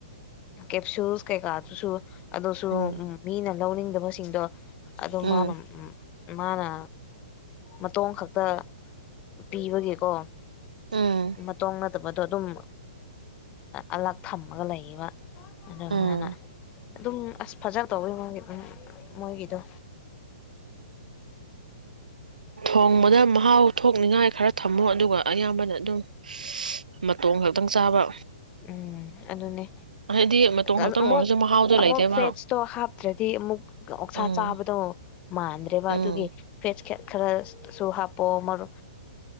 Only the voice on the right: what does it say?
ꯎꯝ
ꯎꯝ
ꯎꯝ
ꯎꯝ
ꯍꯣꯡꯃꯗ ꯃꯍꯥꯎ ꯊꯣꯛꯅꯤꯡꯉꯥꯏ ꯈꯔ ꯊꯝꯃꯣ ꯑꯗꯨꯒ ꯑꯌꯥꯝꯕꯅ ꯑꯗꯨꯝ ꯃꯇꯣꯡ ꯈꯛꯇꯪ ꯆꯥꯕ
ꯍꯥꯏꯗꯤ ꯃꯇꯣꯡ ꯈꯛꯇꯪ
ꯑꯣꯏꯔꯁꯨ ꯃꯍꯥꯎꯗꯣ
ꯂꯩꯇꯦꯕ
ꯎꯝ
ꯎꯝ